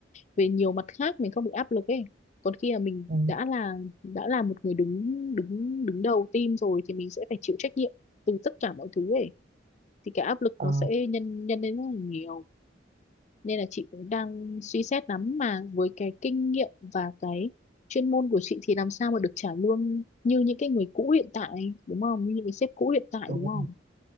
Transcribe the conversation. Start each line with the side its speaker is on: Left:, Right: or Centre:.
Left: về nhiều mặt khác mình không bị áp lực ấy còn khi mà mình
Right: ừ.
Left: đã là đã là một người đứng đứng đứng đầu team rồi thì mình sẽ phải chịu trách nhiệm từ tất cả mọi thứ ấy thì cái áp lực
Right: ờ,
Left: nó sẽ nhân nhân lên rất là nhiều nên là chị cũng đang suy xét lắm mà với cái kinh nghiệm và cái chuyên môn của chị thì làm sao mà được trả lương như những cái người cũ hiện tại đúng không như những cái sếp cũ hiện tại
Right: đúng
Left: đúng
Right: rồi,
Left: không